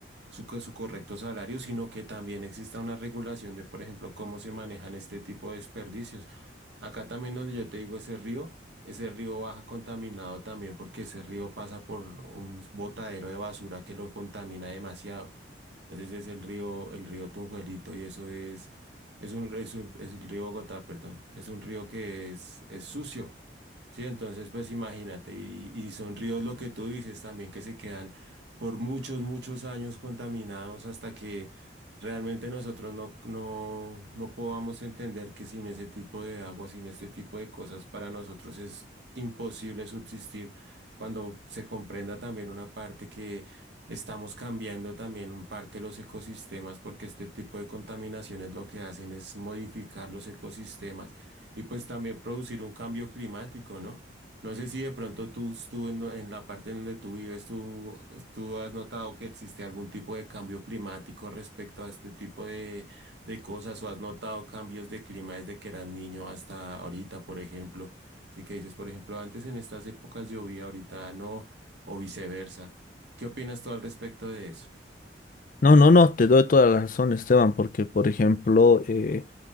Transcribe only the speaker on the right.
su, co- su correcto salario, sino que también exista una regulación de, por ejemplo, cómo se manejan este tipo de desperdicios. Acá también donde yo te digo ese río, ese río baja contaminado también porque ese río pasa por un botadero de basura que lo contamina demasiado. Entonces es el río, el río Tunjuelito y eso es, es un, es un- es el río Bogotá, perdón. Es un río que es, es sucio. Sí, entonces pues imagínate, y, y son ríos lo que tú dices también que se quedan por muchos, muchos años contaminados hasta que realmente nosotros no, no, no podamos entender que sin ese tipo de agua, sin este tipo de cosas, para nosotros es imposible subsistir cuando se comprenda también una parte que estamos cambiando también un parte los ecosistemas, porque este tipo de contaminaciones lo que hacen es modificar los ecosistemas y pues también producir un cambio climático, ¿no? No sé si de pronto tú, tú en, en la parte en donde tú vives, tú, tú has notado que existe algún tipo de cambio climático respecto a este tipo de, de cosas o has notado cambios de clima desde que eras niño hasta ahorita, por ejemplo. Así que dices, por ejemplo, antes en estas épocas llovía, ahorita no, o viceversa. ¿Qué opinas tú al respecto de eso?